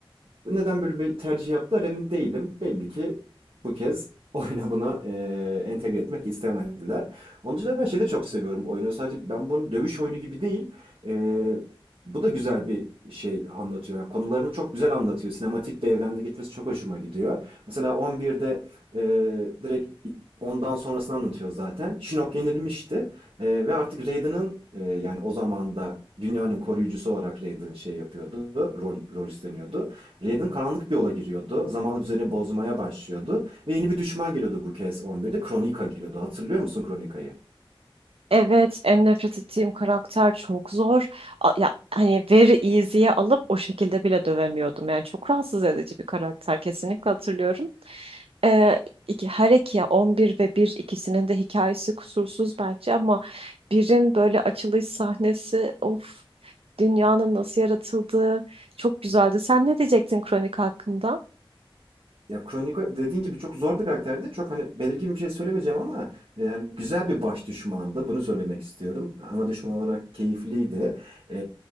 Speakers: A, on the right; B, on the right.
A: neden böyle bir tercih yaptılar emin değilim. Belli ki bu kez <laughs> oyuna bunu e, entegre etmek istemediler. Onun için de ben şeyi de çok seviyorum bu oyunu. Sadece ben bunu dövüş oyunu gibi değil. e, bu da güzel bir şey anlatıyor. Yani konularını çok güzel anlatıyor. Sinematik bir evrende gitmesi çok hoşuma gidiyor. Mesela 11'de e, direkt ondan sonrasını anlatıyor zaten. Shinnok yenilmişti. E, ve artık Raiden'ın e, yani o zaman da dünyanın koruyucusu olarak Raiden şey yapıyordu, rol, rol üstleniyordu. Raiden karanlık bir yola giriyordu. Zamanlı düzeni bozmaya başlıyordu. Ve yeni bir düşman geliyordu bu kez 11'de. Kronika geliyordu. Hatırlıyor musun Kronika'yı?
B: Evet, en nefret ettiğim karakter çok zor. A- Ya hani very easy'ye alıp o şekilde bile dövemiyordum. Yani çok rahatsız edici bir karakter kesinlikle hatırlıyorum. Ee, iki, her iki 11 ve 1 ikisinin de hikayesi kusursuz bence ama birin böyle açılış sahnesi of dünyanın nasıl yaratıldığı çok güzeldi. Sen ne diyecektin kronik hakkında?
A: Ya Kronika dediğin gibi çok zor bir karakterdi. Çok hani belirgin bir şey söylemeyeceğim ama yani güzel bir baş düşmandı. Bunu söylemek istiyorum. Ana düşman olarak keyifliydi. Ee,